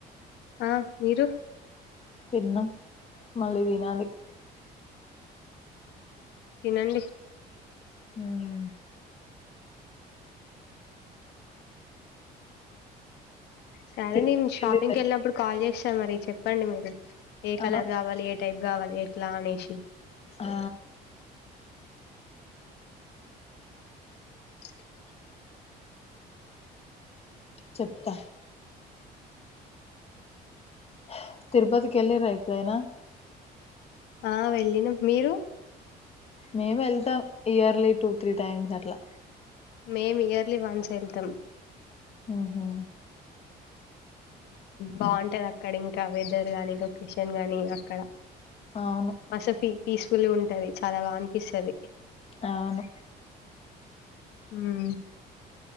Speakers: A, on the left; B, on the left.
A: ఆ మీరు?
B: తిన్నాం మళ్ళీ తినాలి.
A: తినండి
B: హ్మ్
A: సరే
B: తిరుపతికి
A: నేను షాపింగ్కి
B: వెళ్ళిరా
A: వెళ్ళినప్పుడు కాల్ చేస్తా మరి చెప్పండి మీరు ఏ కలర్
B: ఆ
A: రావాలి ఏ టైప్ కావాలి ఎట్లా అనేసి
B: ఆ
A: <inaudible>
B: చెప్తా హ తిరుపతికిళ్ళరా ఎప్పుడైనా
A: ఆ వెళ్ళినం మీరు
B: మేము వెళ్తాం ఇయర్లీ టూ త్రీ టైమ్స్ అట్లా
A: మేమ్ ఇయర్లీ వన్స్ వెళ్తాం
B: ఉహు
A: బాగుంటది అక్కడ ఇంకా వెదర్ గాని లొకేషన్ గాని అక్కడ
B: అవును
A: మస పీ పీసఫుల్ గా ఉంటది చాలా బాగా అనిపిస్తుది
B: అవును
A: హుమ్మ్